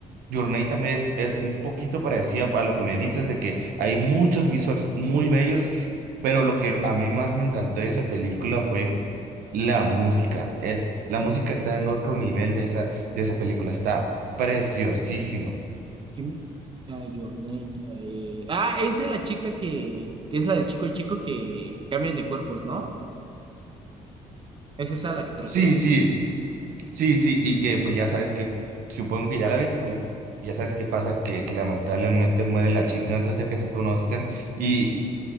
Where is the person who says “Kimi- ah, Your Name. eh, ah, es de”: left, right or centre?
Right